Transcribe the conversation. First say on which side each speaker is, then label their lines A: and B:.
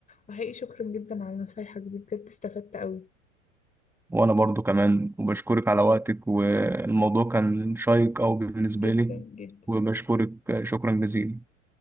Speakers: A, on the left (about 20°); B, in the centre.
A: وحقيقي شكرا جدا على نصايحك دي بجد استفدت قوي
B: وانا برضو كمان وبشكرك على وقتك والموضوع كان شيق او بالنسبة
A: جدا
B: لي
A: جدا
B: وبشكرك شكرا جزيلا